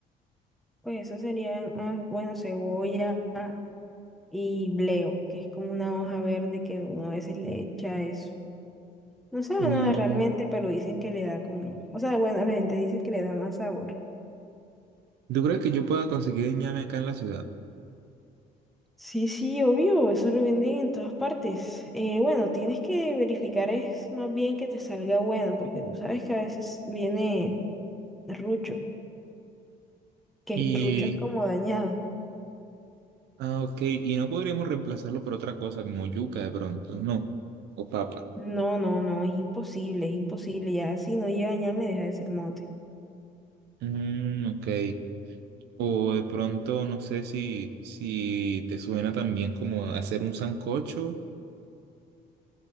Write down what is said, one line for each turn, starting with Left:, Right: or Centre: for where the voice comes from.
Centre: Pues eso serían, ah, bueno, cebolla y bleo, que es como una hoja verde que uno a veces le echa eso. No sabe
Right: Mm,
Centre: nada realmente, pero dicen que le da como, o sea, bueno, la gente dice que le da más sabor.
Right: ¿tú crees que yo pueda conseguir ñame acá en la ciudad?
Centre: Sí, sí, obvio, eso lo venden en todas partes. Eh, bueno, tienes que verificar es más bien que te salga bueno, porque tú sabes que a veces viene rucho, que
Right: Y,
Centre: rucho es como dañado.
Right: ah, ok, y no podríamos reemplazarlo por otra cosa como yuca de pronto, no, o papa.
Centre: No, no, no, es imposible, es imposible. Ya si no llega ya me deja de ser mote.
Right: Mm, ok, o de pronto no sé si, si te suena también como hacer un sancocho,